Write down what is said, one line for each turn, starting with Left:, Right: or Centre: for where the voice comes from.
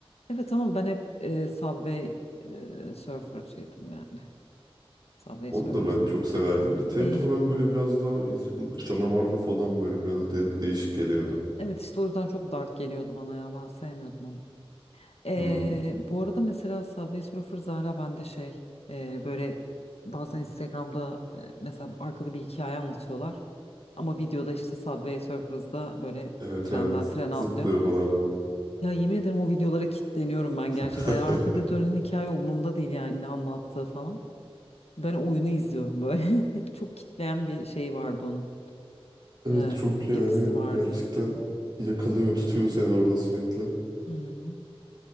Left: Evet ama ben hep e, Subway e, Surfer'cıydım yani. Subway
Right: Onu
Left: Surfers.
Right: da ben çok severdim de Temple
Left: E,
Right: Run böyle biraz daha il- canavarlı falan böyle biraz de- değişik geliyordu.
Left: evet işte o yüzden çok dark geliyordu bana ya. Ben sevmiyordum onu. Ee,
Right: Hmm,
Left: bu arada mesela Subway Surfer Zara bende şey e, böyle bazen Instagram'da e, mesela arkada bir hikaye anlatıyorlar. Ama videoda işte Subway Surfers'da böyle
Right: Evet
Left: trenden
Right: evet.
Left: trene
Right: Zıplıyor
Left: atlıyor.
Right: falan böyle.
Left: Ya yemin ederim o videolara kilitleniyorum ben
Right: <laughs>
Left: gerçekten. Yani arkada dönen hikaye umurumda değil yani ne anlattığı falan. Ben oyunu izliyorum böyle. <laughs> Çok kitleyen bir şey vardı onun.
Right: Evet
Left: Ee,
Right: çok yani
Left: yapısı vardı.
Right: gerçekten yakalıyor tutuyor seni orada sürekli.
Left: Hı hı.